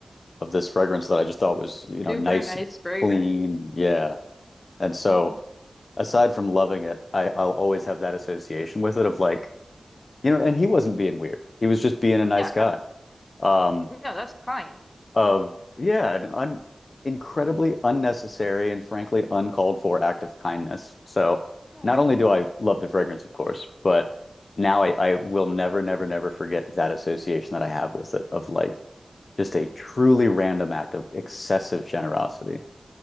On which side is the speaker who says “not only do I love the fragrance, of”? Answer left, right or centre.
Left